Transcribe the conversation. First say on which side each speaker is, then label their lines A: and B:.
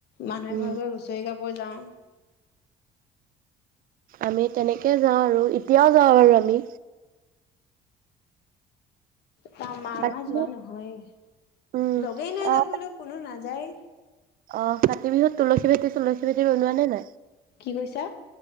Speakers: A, on the left; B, on the right.
A: মানুহে
B: উম
A: ঘৰে ঘৰে গৈছ্ হুঁচৰি গাব যাওঁ।
B: আমি তেনেকে যাওঁ আৰু এতিয়াও যাওঁ বাৰু আমি।
A: তা মামা
B: বাকী
A: যোৱা নহয়ে।
B: উম
A: লগেই নাই
B: অ
A: যাবলৈ কোনো নাযায়ে।
B: অ', কাতি বিহুত তুলসী ভেতি চুলসী ভেটি বনোৱা নে নাই?
A: কি কৈছা?